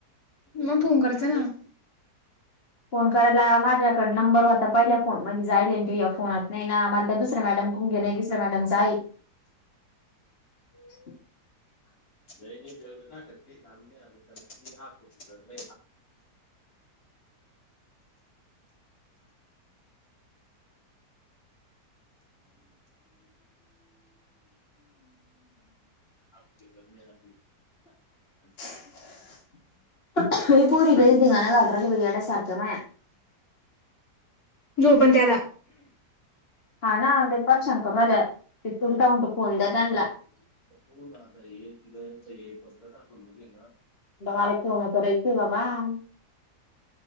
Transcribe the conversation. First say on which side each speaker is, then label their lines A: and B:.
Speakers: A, on the left (about 55°); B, on the left (about 35°).
A: मग फोन करायचा ना <inaudible>
B: फोन करायला माझ्याकड नंबर होता पहिल्या फोन मध्ये जायल ते या फोनात नाही ना. दुसरा मॅडम कुंगे नाही दुसरा मॅडम जा <inaudible>
A: <inaudible> जय जवर करते का? <inaudible> विार <inaudible> हम- हम <unintelligible>
B: <unintelligible> <inaudible> या पोरी लय धिंगाणा घालु राहिल्या वेड्या सारख्या माया
A: जो पण <inaudible> त्याता
B: हा ना तेपार शंकरवा्या तिथुलता म्हणतो फोन द्या त्यांनलाआणला.
A: <inaudible> हो आता तिच एक पस्र टाकूने
B: मला जेवन‌ करायचंय बाबा <inaudible>